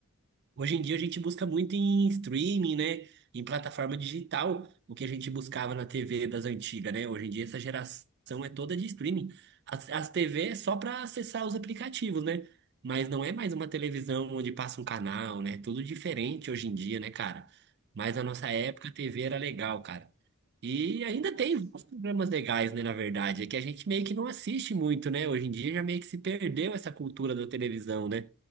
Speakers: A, on the right; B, on the right.
A: Hoje em dia a gente busca muito em streaming, né? Em plataforma digital, o que a gente buscava na TV das antigas, né? Hoje em dia essa geração é toda de streaming. As, as TV é só para acessar os aplicativos, né? Mas não é mais uma televisão onde passa um canal, né? Tudo diferente hoje em dia, né, cara? Mas
B: É,
A: na nossa época a TV era legal, cara. E
B: então,
A: ainda
B: nossa,
A: tem vários programas legais, né, na verdade. É que a gente meio que não assiste muito, né? Hoje em dia já meio que se perdeu essa cultura da televisão, né?